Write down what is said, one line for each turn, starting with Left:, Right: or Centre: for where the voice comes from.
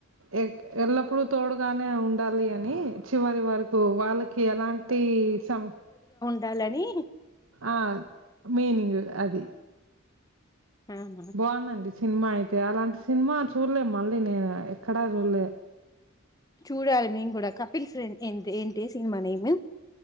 Right: ఎ ఎల్లప్పుడూ తోడుగానే ఉండ చాలి అని చివరి వరకు వాళ్ళకి ఎలాంటి స
Left: డాలని
Right: ఆ మీనింగ్ అది
Left: ఆహా
Right: బాగుందండి సినిమా అయితే అలాంటి సినిమా చూడలేము మళ్ళీ నేను ఎక్కడా చూడలే.
Left: చూడాలి మేము గూడా కపిల్ ఫ్రెం ఏంద్ ఏం టే సినిమా నేము